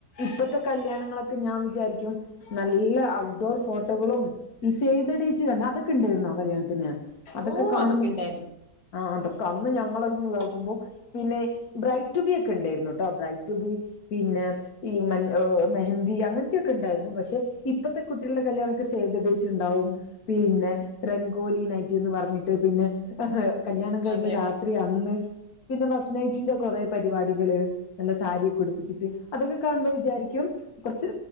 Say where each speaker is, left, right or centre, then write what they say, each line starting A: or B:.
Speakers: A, on the left (about 65°); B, on the left (about 85°).
A: ഇപ്പത്തെ കല്യാണങ്ങളൊക്കെ ഞാൻ വിചാരിക്കും നല്ല ഔട്ട്ഡോർ ഫോട്ടോകളും സേവ് ദ ഡേറ്റ് തന്നെ അതൊക്കെ ഉണ്ടായിരുന്നോ കല്യാണത്തിന് അതൊക്കെ
B: ഓ
A: കാണുന്നു
B: ഉണ്ടായിരുന്നു
A: ആ അതൊ കന്ന് ഞങ്ങള ഇതാക്കുമ്പോ പിന്നെ ബ്രൈഡ് ടുബി ഒക്കെ ഉണ്ടായിരുന്നു കേട്ടോ ബ്രൈഡ് ടുബി പിന്നെ ഏ ഈ മഞ്ഞ മെഹന്തി അങ്ങനത്തെയൊക്കെ ഉണ്ടായിരുന്നു പക്ഷെ ഇപ്പത്തെ കുട്ടികളുടെ കല്യാണമൊക്കെ സേവ് ദ ഡേറ്റ് റ്റ്ണ്ടാവും പിന്നെ രംഗോളി നയി റ്റ്ന്ന് പറഞ്ഞിട്ട് പിന്നെ കല്യാണം കഴിഞ്ഞ്
B: അതെ
A: രാത്രി അന്ന് പിന്നെ ഫസ് നൈറ്റിന്റെ കുറെ പരിപാടികള് നല്ല സാരിയൊക്കെ ഉടിപ്പിച്ചിട്ട് അതൊക്കെ കാണുമ്പോൾ വിചാരിക്കും കുറച്ച്